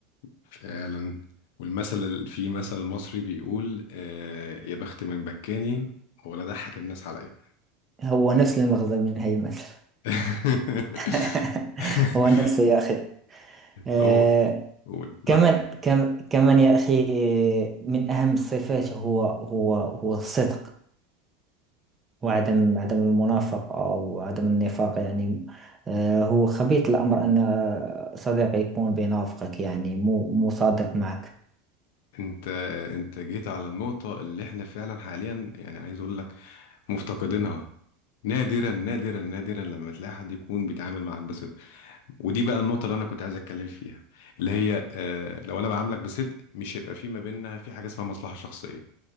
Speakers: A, on the left; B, on the right.
A: فعلا والمثل ال- في مثل مصري بيقول آه، يا بخت من بكاني ولا ضحك الناس عليا
B: هو نفس المغزى من هي المثل
A: <laughs>
B: <laughs> هو نفسه يا اخي آه،
A: هو قول معاك
B: كمان كم كمان يا أخي من أهم الصفات هو هو هو الصدق وعدم عدم المنافقة وعدم النفاق يعني آه، هو خبيث الأمر أن صديق يكون بينافقك يعني مو مو صادق معك
A: انت انت جيت على النقطة اللي احنا فعلا حاليا يعني عايز اقول لك مفتقدينها نادرا نادرا نادرا لما تلاقي حد يكون بيتعامل معاك بصدق ودي بقى النقطة اللي انا كنت عايز اتكلم فيها اللي هي اه لو انا بعاملك بصدق مش هيبقى في ما بيننا في حاجة اسمها مصلحة شخصية